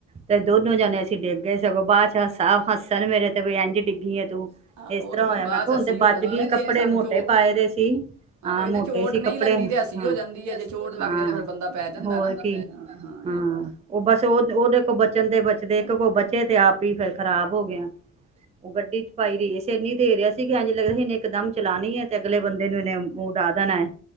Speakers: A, on the right; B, on the right.
A: ਤੇ ਦੋਨੋ ਜਾਣੇ ਅਸੀਂ ਡਿੱਗ ਗਏ ਸ ਸਗੋਂ ਬਾਅਦ ਚ ਸਾ ਹੱਸਣ ਮੇਰੇ ਤੇ ਕੋਈ ਇੰਝ ਡਿੱਗੀ ਹੈ ਤੂੰ,
B: ਆ,
A: ਇਸ
B: ਉਹ
A: ਤਰ੍ਹਾਂ
B: ਤਾਂ ਫਿਰ
A: ਹੋਇਆ,
B: ਬਾਅਦ
A: ਮੈਂ ਕਿਹਾ
B: ਚ
A: ਹੁਣ
B: ਅਸੀਂ
A: ਤੇ
B: ਹੋ
A: ਬਚਗੀ,
B: ਜਾਂਦੀ ਨਾ ਜੇ
A: ਕੱਪੜੇ
B: ਸਾਨੂੰ
A: ਮੋਟੇ
B: ਚੋ
A: ਪਾਏ ਦੇ ਸੀ। ਹਾਂ
B: ਉਹੀ
A: ਮੋਟੇ
B: ਨਾ ਚੋਟ
A: ਸੀ
B: ਨਹੀਂ
A: ਕੱਪੜੇ,
B: ਲੱਗਦੀ
A: ਹਾਂ,
B: ਤੇ ਅਸੀਂ ਹੋ ਜਾਂਦੀ ਹੈ ਜੇ ਚੋਟ
A: ਹਾਂ,
B: ਲੱਗ ਜਾਏ ਤਾਂ ਫਿਰ ਬੰਦਾ ਪੈ ਜਾਂਦਾ
A: ਹੋਰ
B: ਨਾ ਹਾਂ
A: ਕੀ, ਹਾਂ।
B: ਇਹ ਪਾ
A: ਉਹ ਬਸ ਉਹ ਉਹਦੇ ਕੋਲ ਬਚਣ ਦੇ ਬਚਦੇ
B: ਚਲੋ
A: ਇੱਕ ਕੋਲ ਬਚੇ ਤੇ ਆਪ ਵੀ ਫੇਰ ਖਰਾਬ ਹੋ ਗਿਆਂ ਉਹ ਗੱਡੀ ਚ ਪਾਈ ਰਹੀ ਸੀ, ਇੰਨੀ ਦੇ ਰਿਹਾ ਸੀ ਕਿ ਅਗਲੇ ਨੇ ਇਕ ਇੱਕ ਦਮ ਚਲਾਣੀ ਹੈ ਤੇ ਅਗਲੇ ਬੰਦੇ ਨੂੰ ਇਹਨੇ ਉਡਾ ਦੇਣਾ ਹੈ।